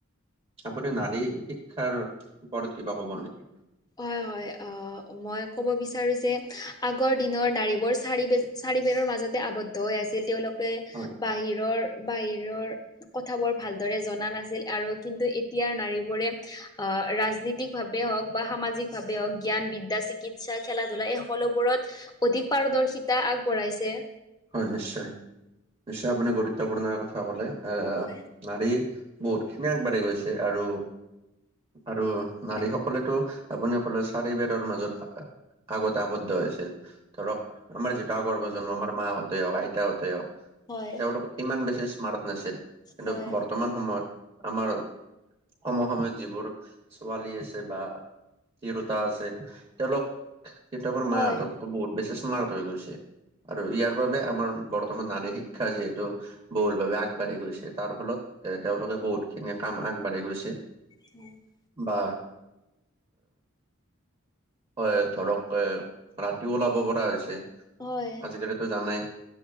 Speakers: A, on the right; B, on the left.
A: আপুনি নাৰী শিক্ষাৰ ওপৰত কিবা কব নেকি
B: হয় হয় মই ক'ব বিচাৰোঁ যে আগৰ দিনৰ নাড়ীবোৰ চাৰি চাৰিবেৰৰ মাজতে আৱদ্ধ তৈ আছিল তেওঁলোকে
A: হয়
B: বাহিৰৰ বাহিৰৰ কথাবোৰ ভালদৰে জনা নাছিল আৰু কিন্তু এতিয়াৰ নাৰীবোৰে অ ৰাজনীতিক ভাৱে হওক বা সামাজিকভাৱেও জ্ঞান বিদ্যা চিকিৎসা খেলা ধূলা এই সকলোবোৰত অধিক পাৰদৰ্শিতা আগবঢ়াইছে
A: হয় নিশ্চয় নিশ্চয় আপুনি গুৰুত্বপূৰ্ণ কথা কলে আহ
B: হয়
A: নাৰী বহুত খিনি আগবাঢ়ি গৈছে আৰু আৰু নাৰীসকলেতো
B: হয়
A: আপুনি কলে চাৰি বেৰৰ মাজত আগতে আৱদ্ধ হৈছিল ধৰক আমাৰ যিটো আগৰ প্ৰজন্ম আমাৰ মাহঁতেই হওক আইতাহতেই হওক তেওঁলোক
B: হয়
A: ইমান বেছি স্মাৰ্ট নাছিল কিন্তু
B: হয়
A: বৰ্তমান সময়ত আমাৰ সম সময়ত যিবোৰ ছোৱালী আছে বা তিৰোতা আছে তেওঁলোক তেতিয়া আমাৰ মাহঁতত
B: হয়
A: বহুত বেছি স্মাৰ্ট হৈ গৈছে আৰু ইয়াৰ বাবে আমাৰ বৰ্তমান নাৰী শিক্ষা যিহেতু বহুল ভাবে আগবাঢ়ি গৈছে তাৰ ফলত এ তেওঁলোকে বহুত খিনি কাম আগবাঢ়ি গৈছে
B: <unintelligible>
A: বা হয় ধৰক এ ৰাতিও ওলাব পৰা হৈছে
B: হয়
A: আজিকালিতো জানেই